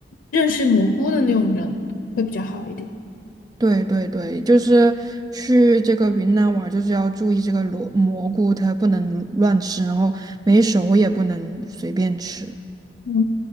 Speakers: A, on the left; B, on the right.
A: 认识蘑菇的那种人，会比较好一点。
B: 对对对，就是去这个云南玩儿就是要注意这个蘑蘑菇，它不能乱吃，然后没熟也不能随便吃。
A: 嗯，